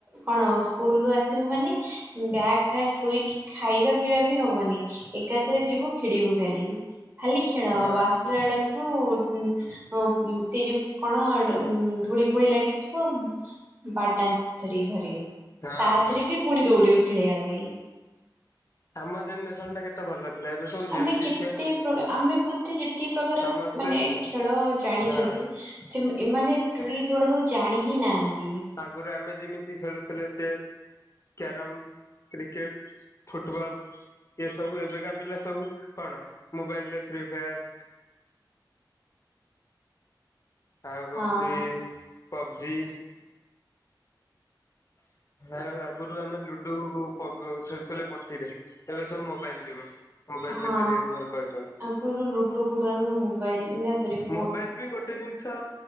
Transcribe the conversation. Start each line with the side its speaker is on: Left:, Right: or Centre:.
Right: କଣ ସ୍କୁଲ ରୁ ଆସିବୁ ମାନେ ବ୍ୟାଗ ଫ୍ୟାଗ ଥୋଇକି ଖାଇବା ଠିଆ ବି ହବନି ଏକାଥରେ ଯିବୁ ଖେଳିବୁ ଖାଲି ଖାଲି ଖେଳ
Left: ହଁ
Right: ହବ। <inaudible> ଅ ସେ ଯୋଉ କଣ ଧୂଳି ଫୁଳି ଲାଗିଥିବ। ବାଡାନ୍ତି ଧରିକି ଘରେ
Left: ହଁ।
Right: ତା ଦେହେରେ ବି ପୁଣି ଦୌଡିବୁ ଖେଳିବା ପାଇଁ।
Left: <inaudible> ଭଲ ଥିଲା ଏବେ ସବୁ ଜେନଜି
Right: ଆମେ କେତେ
Left: ଛୁଆ
Right: ପ୍ରକାର ଆମେ ବୋଧେ ଯେତିକି ପ୍ରକାର
Left: ସମସ୍ତେ
Right: ମାନେ ଖେଳ ଜାଣିଚନ୍ତି
Left: ହଁ
Right: କିନ୍ତୁ ଏମାନେ ଟୋଟାଲି ସେଗୁଡା ସବୁ ଜାଣି ହିଁ ନାହାନ୍ତି।
Left: ଆଗରୁ ଆମେ ଯେମିତି ଖେଳୁଥିଲେ ଚେସ୍, କ୍ୟାରମ୍, କ୍ରିକେଟ୍ ଫୁଟବଲ୍ ଇଏ ସବୁ ଏବେକା ପିଲା ସବୁ କଣ ମୋବାଇଲ୍ ରେ ଫ୍ରି ଫାୟାର୍ ଆଉ ହଉଚି
Right: ହଁ
Left: ପବ୍ଜି ଆଉ ଆଗରୁ ଆମେ ଲୁଡୁ ଖେଳୁଥିଲେ ପଟିରେ ଏବେ ସବୁ ମୋବାଇଲ୍ ଯୁଗ। ମୋବାଇଲରେ
Right: ହଁ
Left: ଖେଳିବାକୁ ଭଲ ପାଉଛନ୍ତି
Right: ଆଗରୁ ଲୁଡୁ ଫୁଡୁ ଆମ ମୋବାଇଲ୍ <unintelligible>
Left: ମୋବାଇଲ୍ ବି ଗୋଟେ ଜିନିଷ